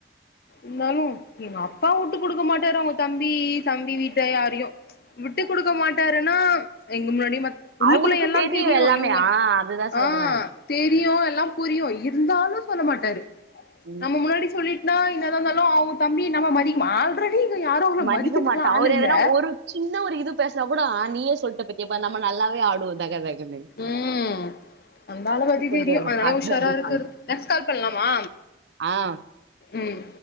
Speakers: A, on the left; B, on the right.
A: இந்தாலு எங்க அப்பாவுட் ட்டு குடுக்க மாட்டாறு அவ்ங்க தம்பி தம்பி வீட்ட யாரையு விட்டு குடுக்க மாட்டாருன்னா எங்க முன்னாடி மத் உள்ளுக்குள்ள
B: அவருக்கு
A: எல்லா தெரியு
B: எல்லாமே
A: இவ்ங்க
B: ஆ அதுதா
A: ஆ
B: சொல்றே
A: தெரியு எல்லா புரியு இருந்தாலு சொல்ல மாட்டாரு
B: ம்
A: நம்ம முன்னாடி சொல்லிட் நா இன்னாதாந்தாலு அவுக் தம்பி நம்ம மதிக்மா ஆல்ரெடி இங்க யாரு அவங்க
B: மதிக்க
A: மதிக்கத்துக்லா
B: மாட்டான்
A: ஆள்
B: அவரு
A: இல்ல
B: எதனா ஒரு சின்ன ஒரு இது பேஸ்னா கூட நீயே சொல்ட்டு இப்ப கேப்ப நம்ம நல்லாவே ஆடுவோ தகதகன்னு
A: ம் அந்த ஆள பத்தி தெரியு
B: கொஞ்சம்
A: அதனால
B: பாத்துட்டு
A: உஷாரா இர்க்குர் நெக்ஸ் கால் பண்லாமா
B: ஆஹ்
A: ம்